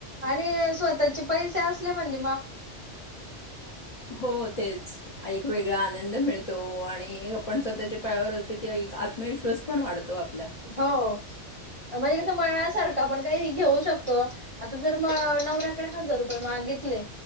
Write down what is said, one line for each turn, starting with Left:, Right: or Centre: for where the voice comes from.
Right: आणि स्वतःचे पैसे अस बंद
Left: हो तेच एकऐ वेगळा आनंद मिळतो आणि आपण स्वतःच्या पायावर असते की एक आत्मविश्वास पण वाढतो आपण
Right: हो म्हणजे ण्यासारखं आपण काही घेऊ शकतो आता जर नवऱ्याकडे हजार रुपये मागितले